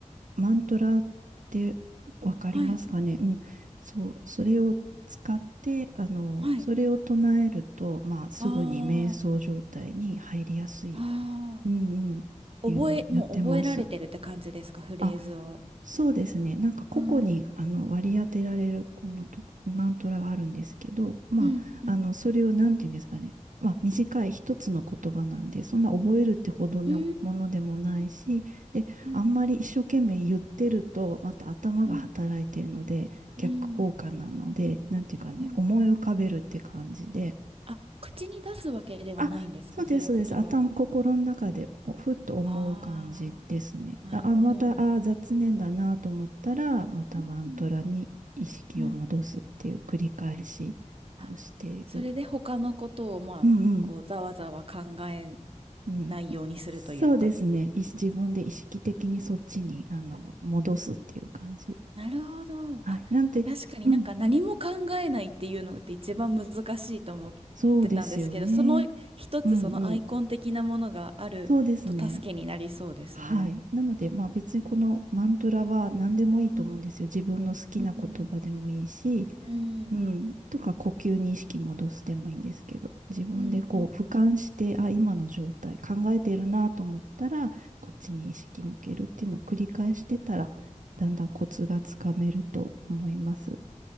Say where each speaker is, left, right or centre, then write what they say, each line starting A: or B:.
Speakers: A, on the right (about 80°); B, on the right (about 45°).
A: マントラってわかりますかね。
B: はい。
A: うん。そう、それを使って、あの、
B: はい。
A: それを唱えると、まあ、すぐに瞑想状態に入りやすい。
B: ああ。
A: うんうん。
B: あ
A: っていうのをやってます。
B: あ。覚え、もう覚えられてるって感じですか、フレーズを。
A: あ、そうですね。なんか個々にあの割り当てられるこのとマントラがあるんですけど、
B: うん
A: まあ、
B: うんうん
A: あのそれをなんていうんですかね、まあ、短い一つの言葉なんで、そんな覚えるってほどのものでもないし、
B: うーん
A: で、
B: うん
A: あんまり一生懸命言ってると、また頭が働いてるので、
B: うん
A: 逆効果なので、
B: うん
A: なんていうかね、
B: うん
A: 思い浮かべるって感じで、
B: あ、口に出すわけではないんですか、
A: あ、そうです、
B: それは言葉を。
A: そうです。頭、心の中でおふっと思う感じですね。
B: ああ、なるほど。
A: あ、あまた、あ、雑念だなと思ったら、またマントラに意識を戻すっていう繰り返しをしている。
B: うんうんうんあ、それで他のことを、まあ、
A: うんうん。
B: こう、ざわざわ考え
A: うん、
B: ないようにするというか、
A: そうですね。い自分で意識的にそっちにあの戻すっていう感じ。
B: なるほど。
A: はい。
B: あ、
A: なんて、
B: まあ、確かになんか何も考えないっていうのって一番難しいと思ってたんですけど、
A: うん。そうですよね。
B: その一つそのアイコン的なものがあると助けになりそうですね。
A: うんうん。そうですね。はい。なので、まあ別にこのマントラは何でもいいと思うんですよ。
B: うん、
A: 自分の好きな言葉でもいいし、
B: うんうんうん
A: うん、とか呼吸に意識戻すでもいいんですけど、自分でこう俯瞰して、
B: うんうん
A: あ、今の状態考えてるなと思ったら、こっちに意識向けるっていうのを繰り返してたら、だんだんコツがつかめると思います。